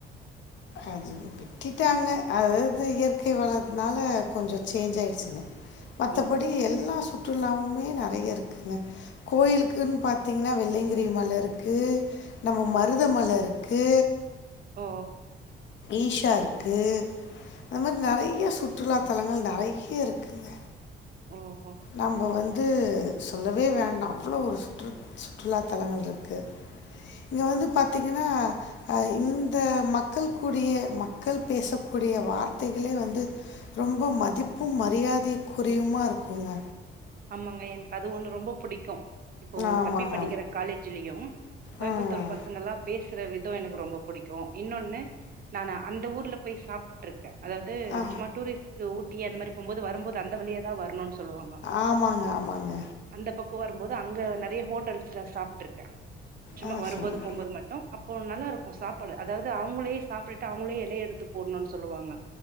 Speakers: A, on the left; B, on the right.
A: அது விட்டுட்டாங்க அது அது இயற்கை வளத்துனால கொஞ்சோ சேஞ்ச் ஆயிடுச்சுங்க மத்தபடி
B: ஓ
A: எல்லா சு ற்றுலாவுமே நெறைய இருக்குங்க கோயிலுக்குன்னு பாத்திங்கன்னா வெள்ளங்கிரி மலை இருக்கு நம்ம மருதமல இருக் க்கு
B: ஓ
A: ஈஷா இருக்கு அந்த மாரி நெறைய சுற்றுலாத்தலங்கள் நெறைய இருக்குங்க
B: ஓஹோ
A: நம்ம வந் ந்து சொல்லவே வேண்டா அவ்ளோ ஒரு சுற்று சுற்றுலா தலங்கள் இருக்கு இங்க வந்து
B: ம்
A: பாத்தீங்கன்னா ஆ இந்த மக்கள்க்குறிய மக்கள் பேசக்கூடிய வார்த்தைகளே வந்து ரொம்ப மதிப்பும் மரியாதைக்குறியுமா இருக் ங்க
B: ஆமாங்க எனக்கு அது ஒன்னு ரொம்ப புடிக்கு இப்போ
A: ஆமாங்க
B: தம்பி படிக்கிற காலேஜ்லயும் கோயம்புத்தூர்
A: ம்
B: பசங்க எல்லாம் பேசி பேசுற விதோ எனக்கு ரொம்ப பிடிக்கு இன்னொன்னு நா அந்த ஊர்ல போய் சாப்ட்டுருக் க்கு அதாவ்து
A: ஆ
B: சும்மா டூரிஸ்ட்க்கு ஊட்டி அந்த மாரி போம்போது வரும்போது அந்த வழியாதா வரணுன்னு சொல்வாங்க
A: ஆமாங்க ஆமாங்க
B: அந்த பக்கோ வரும்போது அங்க நெறைய ஹோட்டல் ல சாப்ட்டுருக்கே சும்மா
A: ஆ
B: வரும்போது
A: சொல்லுங்க
B: போம்போது மட்டும் அப் அப்போ நல்லா இருக்கு சாப்பாடு அதாவது அவுங்களே சாப்பிட்டு அவுங்களே எலைய எடுத்து போடணுன்னு சொல்வாங்க